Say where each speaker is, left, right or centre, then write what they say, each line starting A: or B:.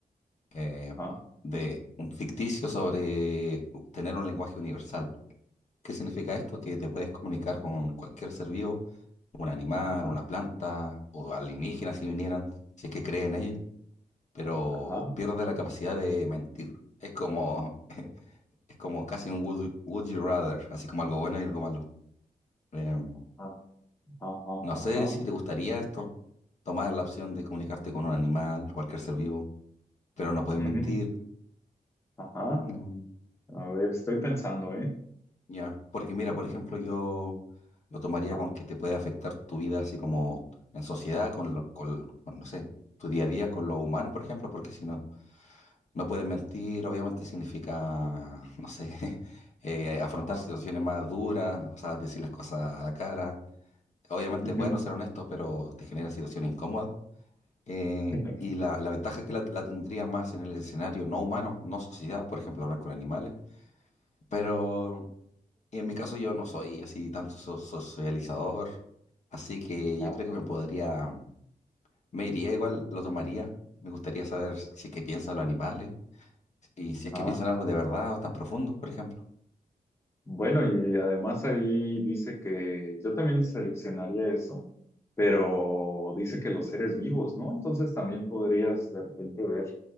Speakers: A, on the left; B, on the left.
A: eh,
B: Ajá,
A: de un ficticio sobre tener un lenguaje universal. ¿Qué significa esto? Que te puedes comunicar con cualquier ser vivo, un animal,
B: ajá,
A: una planta o alienígenas si vinieran, si es que creen ellos, pero
B: ajá,
A: pierde la capacidad de mentir. Es como, <laughs> es como casi un would, would you rather, así como algo bueno y algo malo. Em,
B: ajá, ajá,
A: No
B: ajá,
A: sé si te gustaría esto, tomar la opción de comunicarte con un animal, cualquier ser vivo, pero no puedes
B: ujú,
A: mentir.
B: ajá.
A: Mm,
B: A ver, estoy pensando, ¿eh?
A: ya, porque mira,
B: Mm,
A: por ejemplo, yo lo tomaría
B: Ajá,
A: con que te puede afectar tu vida así como en sociedad, con, lo- con, con, no sé, tu día a día con los humanos, por ejemplo, porque si no, no puedes mentir, obviamente significa, <laughs> no sé, <laughs> eh, afrontar
B: ajá,
A: situaciones más duras, o sea, decir las cosas a la cara. Obviamente
B: ujú,
A: es bueno ser honesto, pero te genera situaciones incómodas. Eh,
B: <laughs>
A: y la, la ventaja es que la, la tendría más en el escenario no humano, no sociedad, por ejemplo, hablar con animales. Pero en mi caso yo no soy así tanto so- socializador, así que
B: ajá,
A: yo creo que me podría, me iría igual, lo tomaría. Me gustaría saber si es que piensan los animales y si es
B: ajá.
A: que piensan algo de verdad o tan profundo, por ejemplo.
B: Bueno, y además ahí dice que yo también seleccionaría eso, pero dice que los seres vivos, ¿no? Entonces también podrías de repente ver